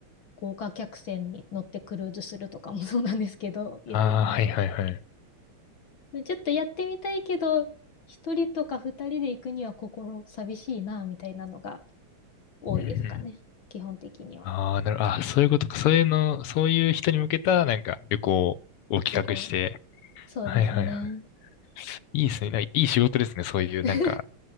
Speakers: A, on the left; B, on the left.
A: 豪華客船に乗ってクルーズするとかも <laughs> そうなんですけど、<laughs> いろいろ。
B: ああ、はいはいはい。
A: ちょっとやってみたいけど、一人とか二人で行くには心寂しいな、みたいなのが多いですかね。
B: うんうん
A: 基本的には。
B: ああ、なる、あ、そういうことか。そういうの、そういう人に向けた、なんか、旅行を企画して。
A: 旅行は。そうですね。
B: はいはいはい。いいですね。なんかいい仕事ですね。そういう、
A: <laughs>
B: なんか、